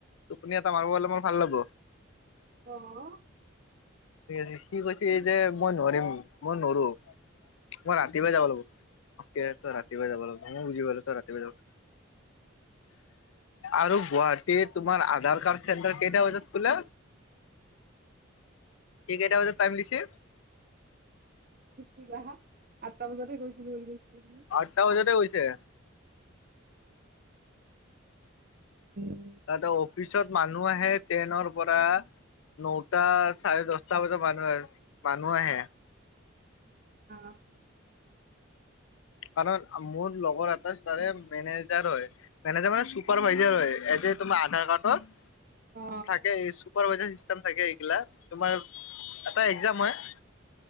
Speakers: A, on the left (about 85°); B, on the right (about 45°).
A: টোপনি এটা মাৰিব হলে মাৰ ভাল লব
B: আহ
A: ঠিক আছে স কৈছে যে মই নোৱাৰিম মই নোৱাৰো মই ৰাতিুৱাই যাব লাগিব অকে তই ৰাতিপুৱা যাব লাগিব ন বুজি পাল তই ৰাতিপুৱা যাব আৰোগ গুৱাহাটীত তোমাৰ আধাৰ কাৰ্ড চেণ্টাৰ কেেই দয়া হৈ যাত কল এই কেইটা বজাত টাইম দিছে
B: কিা আ আঠটা বজাতে গৈছিলো গৈছিলি ব
A: আঠটা বজাতে কৈছে
B: অ
A: তাতে অফিচত মানুহ আহে ট্ৰেইনৰ পৰা ন টা চাৰে দহটা বজাত মানুহ আহ মানুহ আহে
B: অ।
A: কাৰানে মোৰ লগৰ তাৰে মেনেজাৰ হয় মেনেজাৰ মানে চুপাৰভাইজাৰ হয় এজ তোমাৰ আধাৰ কাৰ্ডৰ
B: অ অ
A: থাকে এই চুপাৰাইজাৰ চিেম থাকে এইগিলা তোমাৰ এটা এক্জাম হয়